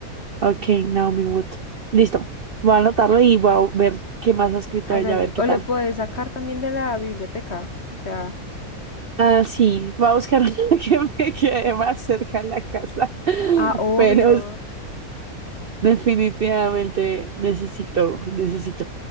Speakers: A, on the right (about 50°); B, on the left (about 45°).
A: Ok, Naomi Wood. Listo.
B: Mm,
A: Voy a anotarlo y voy a ver qué más ha escrito
B: Hágale.
A: ella, a ver qué
B: O
A: tal.
B: lo puedes sacar también de la biblioteca. O sea,
A: Ah, sí, voy a buscar <laughs> una que me quede más cerca de la casa.
B: Ah, obvio.
A: Pero es- definitivamente necesito, necesito.